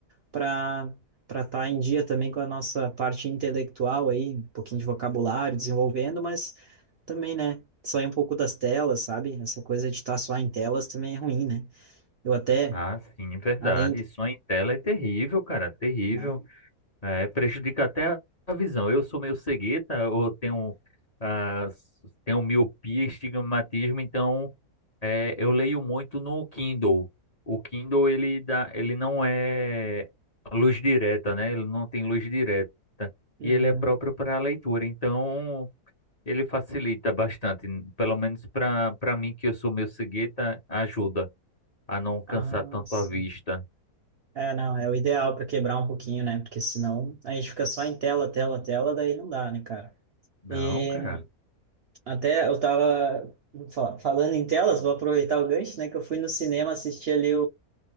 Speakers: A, on the right; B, on the left.
A: para para estar em dia também com a nossa parte intelectual aí, um pouquinho de vocabulário desenvolvendo, mas também, né? Sair um pouco das telas, sabe? Essa coisa de estar só em telas também é ruim, né? Eu até,
B: Ah, sim, verdade.
A: além.
B: Sonho em tela é terrível, cara, terrível.
A: Né?
B: É, prejudica até a a visão. Eu sou meio cegueta, eu tenho, ah, s- tenho miopia, estigmatismo, então é, eu leio muito no Kindle. O Kindle, ele dá, ele não é luz direta, né? Ele não tem luz direta.
A: Uhum.
B: E ele é próprio para leitura, então ele facilita bastante. Pelo menos para para mim, que eu sou meio cegueta, ajuda a não cansar
A: Ah,
B: tanto
A: sim.
B: a vista.
A: É, não, é o ideal para quebrar um pouquinho, né? Porque senão a gente fica só em tela, tela, tela, daí não dá, né, cara?
B: Não,
A: E
B: cara.
A: até eu tava fa- falando em telas, vou aproveitar o gancho, né? Que eu fui no cinema assistir ali